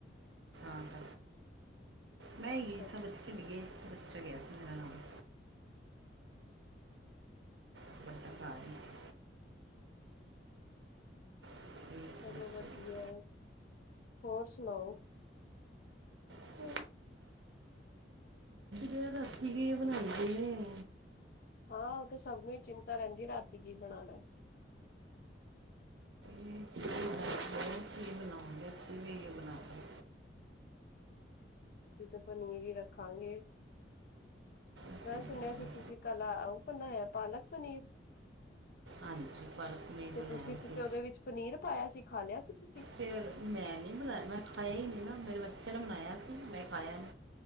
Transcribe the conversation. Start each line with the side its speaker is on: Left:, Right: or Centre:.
Right: ਆਪ ਮੈਂ
Left: ਅੱਛਾ
Right: ਈ ਗਈ
Left: ਅੱਛਾ
Right: ਸਾਂ ਬੱਚੇ ਨੀ ਗਏ ਏਕ ਬੱਚਾ ਗਿਆ ਸੀ ਨਾਲ <inaudible> <unintelligible> ਘਰ ਈ ਸੀ। <inaudible>
Left: ਚਲੋ ਵਦੀਆ,
Right: ਗਿਆ
Left: ਹੋਰ ਸੁਨਾਓ
Right: <inaudible> ਦਿਆ ਰਾਤੀ ਕੀ ਏ ਬਨਾਂਦੇ ਨੇ।
Left: ਹਾਂ ਓ ਤੇ ਸਭ ਨੂੰ ਈ ਚਿੰਤਾ ਰੈਂਦੀ ਰਾਤੀ ਕੀ ਬਨਾਨਾ।
Right: ਨਈ ਤੁਸੀਂ ਦੱਸੋ ਕੀ ਬਨਾਓਗੇ ਅਸੀਂ ਵੀ ਓਈਓ ਬਣਾ ਲਾਂ।
Left: ਅਸੀਂ ਤਾਂ ਪਨੀਰ ਈ ਰੱਖਾਂਗੇ।
Right: ਅਸੀਂ
Left: ਮੈਂ
Right: ਵੀ
Left: ਸੁਨਿਆ
Right: ਖਾਣਾ
Left: ਸੀ ਤੁਸੀਂ ਕੱਲ ਓਹ ਬਨਾਏਆ ਪਾਲਕ ਪਨੀਰ।
Right: ਹਾਂਜੀ ਪਾਲਕ ਪਨੀਰ
Left: ਤੇ
Right: ਬਣਾਇਆ
Left: ਤੁਸੀਂ ਫਿਰ
Right: ਸੀ
Left: ਤੇ ਓਦੇ ਵਿੱਚ ਪਨੀਰ ਪਾਇਆ ਸੀ ਖਾ ਲਿਆ ਸੀ ਤੁਸੀਂ।
Right: ਫਿਰ ਮੈਂ ਨੀ ਬਨਾਇਆ ਮੈਂ ਖਾਇਆ ਈ ਨੀ ਨਾ ਮੇਰੇ ਬੱਚੇ ਨੇ ਬਨਾਇਆ ਸੀ ਮੈਂ ਖਾਇਆ ਨੀ।